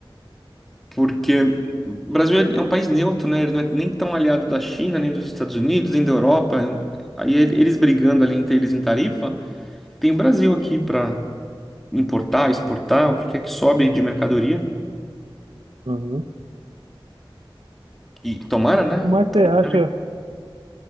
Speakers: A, in the centre; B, on the right.
A: Porque o Brasil é um país neutro, né? Ele não é nem tão aliado da China, nem dos Estados Unidos, nem da Europa. Aí ele- eles brigando ali entre eles em tarifa, tem o Brasil aqui para importar, exportar, o que quer que sobe de mercadoria.
B: Uhum.
A: E tomara, né?
B: Mas
A: Tomara
B: você acha,